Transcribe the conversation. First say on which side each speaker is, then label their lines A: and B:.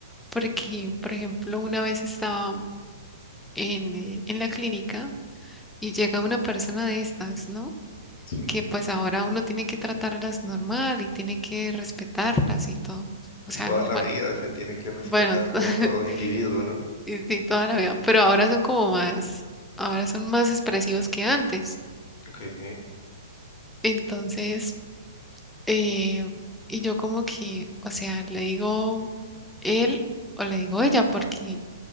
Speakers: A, in the centre; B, on the left.
A: porque, por ejemplo, una vez estaba en, eh, en la clínica y llega una persona de estas, ¿no?
B: sí.
A: Que pues ahora uno tiene que tratarlas normal y tiene que respetarlas y todo,
B: Pues
A: o sea,
B: toda
A: normal.
B: la vida se tiene que respetar
A: Bueno,
B: como
A: <laughs>
B: todo individuo, ¿no?
A: y sí, toda la vida, pero ahora son como más, ahora son más expresivos que antes.
B: Ok,
A: Entonces... Eh, y yo como que, o sea, le digo él o le digo ella, porque,